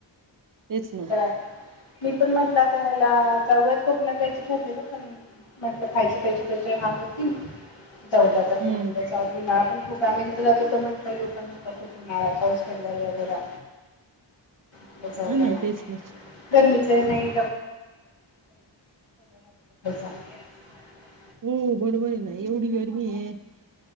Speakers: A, on the right; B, on the left.
A: तेच ना
B: ते पाय मी पण म्हंटल त्या ह्याला जाऊ कोकणात जायचे ठरलेलं पण म्हटलं खायचे प्यायचे त्याच्या हाल होतील. जाऊदे आता थोडं
A: हम्म
B: दिवस जाऊ दे उन्हाळा पण खूप आम्ही जिथं जातो तो म्हणतोय येवू पण नका तु म्हाला पाऊस पडल्यावर जरा <inaudible> समजना.
A: हा ना तेच ना
B: गरमीचं हाय नाही. <inaudible>
A: हो बरोबर आहे ना, एवढी गर्मी आहे.